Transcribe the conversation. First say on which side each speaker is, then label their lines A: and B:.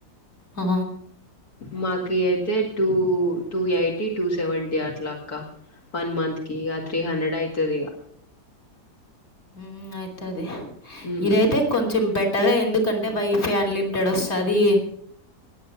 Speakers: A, on the left; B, on the left.
A: ఆ
B: మాకు అయితే two two eighty two seventy అట్లాక్క వన్ మంత్ కి ఇగ త్రీ హండ్రెడ్ అయితది ఇగ
A: ఊమ్ అయితది
B: ఉమ్
A: ఇదైతే కొంచెం బెటరే ఎందుకంటే వైఫై అన్లిమిటెడ్ వస్తది